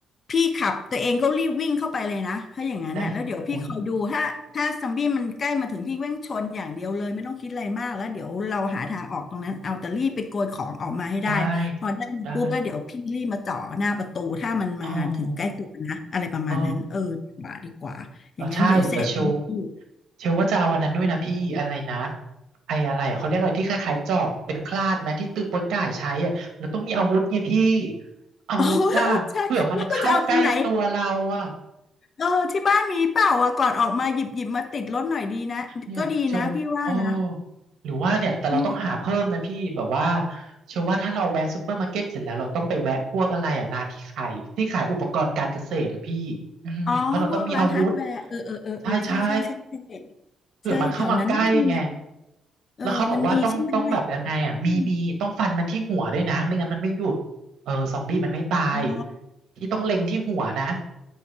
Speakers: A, on the left; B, on the right.
A: พี่ขับตัวเองก็รีบวิ่งเข้าไปเลยนะถ้าอย่างนั้นน่ะแล้วเดี๋ยวพี่คอยดูถ้าถ้าซอมบี้มันใกล้มาถึงพี่วิ่งชนอย่างเดียวเลยไม่ต้องคิดอะไรมากแล้วเดี๋ยวเราหาทางออกตรงนั้นเอาแต่รีบไปโกยของออกมาให้ได้พอได้ปุ๊บแล้วเดี๋ยวพี่รีบมาจ่อหน้าประตูถ้ามันมาถึงใกล้ตัวนะอะไรประมาณนั้นเออดีกว่าดีกว่าอย่างนั้นเดี๋ยวเสร็จทั้งคู่
B: ได้อุ้ยได้ได้อ๋อเออ เออใช่เดี๋ยวเชลเชลว่าจะเอาวันนั้นด้วยนะพี่อะไรนะไอ้อะไรอะเขาเรียกอะไรที่คล้ายๆจอบเป็นคลาดไหมที่ตือโป๊ยก่ายใช้อะเราต้องมีอาวุธไงพี่
A: <laughs>
B: อาวุธอ่ะเผื่อมันเข้าใกล้ตัวเราอ่ะ
A: โอ้เออใช่แล้วก็จะเอาตรงไหน เออที่บ้านมีเปล่าอ่ะก่อนออกมาหยิบหยิบมาติดรถหน่อยดีนะก็ดีนะพี่ว่านะ
B: เนี่ยเชว์โอ้หรือว่าเนี่ยแต่เราต้องหาเพิ่มนะพี่แบบว่า
A: มี
B: เชื่อว่าถ้าเราแวะซูเปอร์มาร์เก็ตเสร็จแล้วเราต้องไปแวะพวกอะไรอ่ะร้านที่ขายที่ขายอุปกรณ์การเกษตรอ่ะพี่อืมเพราะเราต้องมีอาวุธ
A: อ๋อพวกร้านฮาร์ดแวร์เออเออเออเออใช่ใช่ใช่ใช่
B: ใช่ใช่ เผื่อมันเข้ามาใกล้ไง
A: ใช่แถวนั้นมันมีเออมันมีใช่ไหมอ่ะ
B: แล้วเขาบอกว่าต้องต้องแบบยังไงอ่ะมีมีต้องฟันมันที่หัวด้วยนะไม่งั้นมันไม่หยุดเออซอมบี้มันไม่ตาย
A: อืมอ๋อ
B: ที่ต้องเล็งที่หัวนะ